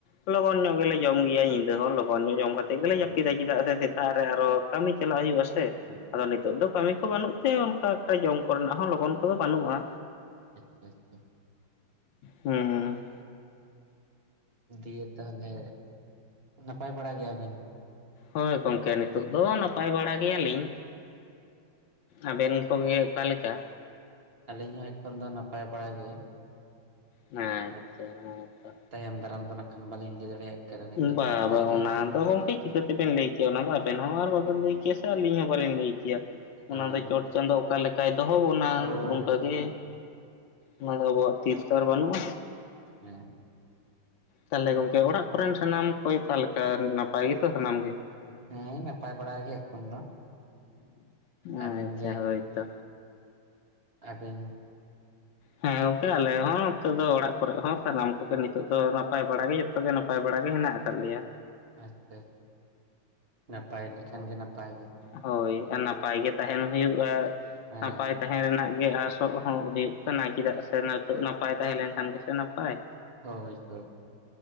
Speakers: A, on the left; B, on the right.
A: ᱞᱚᱜᱚᱱ ᱧᱚᱜ ᱜᱮᱞᱮ ᱡᱚᱢ ᱜᱮᱭᱟ ᱧᱤᱫᱟᱹ ᱦᱚᱸ ᱞᱚᱜᱚᱱ ᱧᱚᱜ ᱡᱚᱢ ᱠᱟᱛᱮ ᱜᱮᱞᱮ
B: ᱦᱩᱸ
A: ᱡᱟᱹᱯᱤᱫᱟ ᱪᱮᱫᱟᱜ ᱥᱮ ᱥᱮᱛᱟᱜ ᱨᱮ ᱟᱨᱚ ᱠᱟᱹᱢᱤ ᱪᱟᱞᱟᱜ ᱦᱩᱭᱩᱜᱼᱟ ᱥᱮ
B: ᱦᱩᱸ
A: ᱟᱫᱚ ᱱᱤᱛᱚᱜ ᱫᱚ ᱠᱟᱹᱢᱤ ᱵᱟᱹᱱᱩᱜ ᱛᱮ ᱚᱱᱠᱟ ᱮᱠᱴᱟ ᱡᱚᱢ ᱠᱚᱨᱮᱱᱟᱜ ᱦᱚᱸ ᱞᱚᱜᱚᱱ ᱠᱚᱫᱚ ᱵᱟᱹᱱᱩᱜᱼᱟ
B: ᱟᱪᱪᱷᱟ ᱟᱪᱪᱷᱟ
A: ᱦᱮᱸ
B: ᱫᱤᱭᱮ ᱛᱟᱦᱚᱞᱮ ᱱᱟᱯᱟᱭ ᱵᱟᱲᱟ ᱜᱮᱭᱟᱵᱤᱱ
A: ᱦᱳᱭ ᱜᱚᱝᱠᱮ ᱱᱤᱛᱚᱜ ᱫᱚ ᱱᱟᱯᱟᱭ ᱵᱟᱲᱟ ᱜᱮᱭᱟᱞᱤᱧ ᱟᱵᱮᱱ ᱠᱚᱜᱮ ᱚᱠᱟ ᱞᱮᱠᱟ
B: ᱟᱹᱞᱤᱧ ᱦᱚᱸ ᱮᱠᱷᱚᱱ ᱫᱚ ᱱᱟᱯᱟᱭ ᱵᱟᱲᱟ ᱜᱮ
A: ᱟᱪᱪᱷᱟ
B: ᱟᱫᱚ
A: ᱦᱮᱸ ᱛᱚ
B: ᱛᱟᱭᱚᱢ ᱫᱟᱨᱟᱢ ᱫᱚ ᱵᱟᱹᱞᱤᱧ ᱞᱟᱹᱭ ᱫᱟᱲᱮᱭᱟᱜ ᱠᱟᱱᱟ ᱱᱤᱛᱚᱜ
A: ᱵᱟ
B: ᱫᱚ ᱱᱟᱯᱟᱭ
A: ᱵᱟᱝ
B: ᱜᱮ
A: ᱚᱱᱟ ᱫᱚ ᱜᱚᱢᱠᱮ ᱪᱤᱠᱟᱹᱛᱮᱵᱮᱱ ᱞᱟᱹᱭ ᱠᱮᱭᱟ ᱚᱱᱟ ᱫᱚ ᱟᱵᱮᱱ ᱦᱚᱸ ᱟᱨ ᱵᱟᱵᱮᱱ ᱞᱟᱹᱭ ᱞᱤᱧ ᱦᱚᱸ ᱞᱟᱹᱭ
B: ᱦᱳᱭ
A: ᱚᱱᱟ ᱫᱚ ᱪᱚᱴ
B: ᱦᱳᱭ
A: ᱪᱟᱸᱫᱳ ᱚᱠᱟ ᱞᱮᱠᱟᱭ ᱫᱚᱦᱚ ᱵᱚᱱᱟ
B: ᱦᱳᱭ
A: ᱚᱱᱠᱟᱜᱮ
B: ᱦᱳᱭ
A: ᱚᱱᱟ ᱫᱚ ᱟᱵᱚᱣᱟᱜ ᱛᱤ ᱨᱮ ᱛᱚ ᱟᱨ ᱵᱟᱹᱱᱩᱜᱼᱟ
B: ᱦᱮᱸ
A: ᱛᱟᱦᱚᱞᱮ ᱜᱚᱢᱠᱮ ᱚᱲᱟᱜ ᱠᱚᱨᱮᱱ ᱥᱟᱱᱟᱢ ᱠᱚᱭ ᱚᱠᱟ ᱞᱮᱠᱟ ᱱᱟᱯᱟᱭ ᱥᱟᱱᱟᱢ ᱜᱮ
B: ᱦᱮᱸ ᱱᱟᱯᱟᱭ ᱵᱟᱲᱟ ᱜᱮ ᱮᱠᱷᱚᱱ ᱫᱚ
A: ᱟᱪᱪᱷᱟ
B: ᱟᱹᱵᱤᱱ ᱜᱮ
A: ᱦᱳᱭᱛᱚ
B: ᱟᱹᱵᱤᱱ
A: ᱦᱮᱸ ᱜᱚᱝᱠᱮ ᱟᱞᱮ ᱦᱚᱸ ᱱᱤᱛᱚᱜ ᱫᱚ ᱚᱲᱟᱜ ᱠᱚᱨᱮᱜ ᱦᱚᱸ ᱥᱟᱱᱟᱢ ᱠᱚᱜᱮ ᱱᱤᱛᱚᱜ ᱫᱚ ᱱᱟᱯᱟᱭ ᱵᱟᱲᱟ ᱜᱮ ᱡᱚᱛᱚᱜ ᱜᱮ ᱱᱟᱯᱟᱭ ᱵᱟᱲᱟ ᱚᱱᱠᱟ ᱜᱮ ᱦᱮᱱᱟᱜ ᱟᱠᱟᱫ ᱞᱮᱭᱟ
B: ᱟᱪᱪᱷᱟ ᱱᱟᱯᱟᱭ ᱞᱮᱠᱷᱟᱱ ᱜᱮ ᱱᱟᱯᱟᱭ ᱜᱮ
A: ᱦᱳᱭ ᱟᱨ ᱱᱟᱯᱟᱭ ᱜᱮ ᱛᱟᱦᱮᱱ ᱦᱩᱭᱩᱜᱼᱟ
B: ᱦᱮᱸ
A: ᱱᱟᱯᱟᱭ ᱛᱟᱦᱮᱸ ᱨᱮᱱᱟᱜ ᱜᱮ <unintelligible> ᱱᱤᱛᱚᱜ ᱦᱚᱸ ᱦᱩᱭᱩᱜ ᱠᱟᱱᱟ ᱪᱮᱫᱟᱜ ᱥᱮ ᱱᱤᱛᱚᱜ ᱱᱟᱯᱟᱭ ᱛᱟᱦᱮᱸ ᱞᱮᱱᱠᱷᱟᱱ ᱜᱮ ᱥᱮ ᱱᱟᱯᱟᱭ
B: ᱦᱳᱭ ᱦᱳᱭ